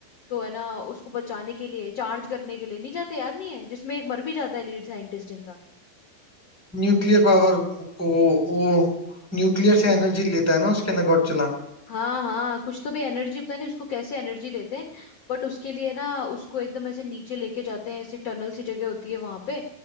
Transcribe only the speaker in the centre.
न्यूक्लियर पावर को वो न्यूक्लियर से एनर्जी लेता है ना उसके नगोटजिला